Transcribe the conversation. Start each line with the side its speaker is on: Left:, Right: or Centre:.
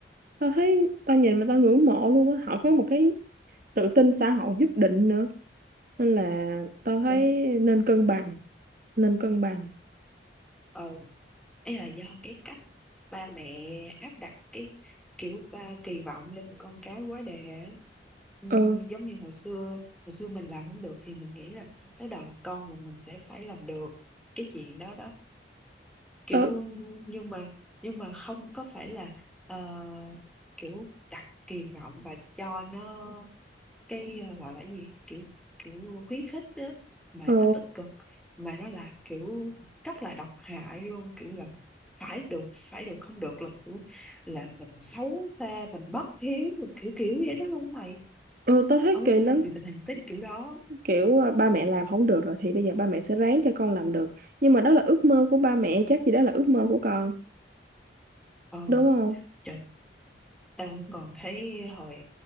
Right: tao thấy tao nhìn mà tao ngưỡng mộ luôn á họ có một cái tự tin xã hội nhất định nữa nên là tao thấy
Centre: đúng
Right: nên cân bằng nên cân bằng
Centre: ừ ấy là do cái cách ba mẹ áp đặt cái kiểu ba kỳ vọng lên con cái quá đà ấy. Ừ,
Right: ờ
Centre: giống như hồi xưa hồi xưa mình làm không được thì mình nghĩ là tới đời con mình mình sẽ phải làm được cái chuyện đó đó kiểu
Right: tao
Centre: nhưng mà nhưng mà không có phải là ờ, kiểu đặt kỳ vọng và cho nó cái ờ, gọi là cái gì kiểu kiểu khuyến khích á mà
Right: ờ,
Centre: nó tích cực mà nó là kiểu rất là độc hại luôn kiểu là phải được phải được không được là kiểu là mình xấu xa mình bất hiếu rồi kiểu kiểu vậy đó luôn mày
Right: ờ tao thấy
Centre: ở quê
Right: kỳ lắm
Centre: tao bị bệnh hành tím kiểu đó
Right: kiểu à, ba mẹ làm không được rồi thì bây giờ ba mẹ sẽ ráng cho con làm được nhưng mà đó là ước mơ của ba mẹ chắc gì đó là ước mơ của con
Centre: ờ
Right: đúng không
Centre: trời tao còn thấy hồi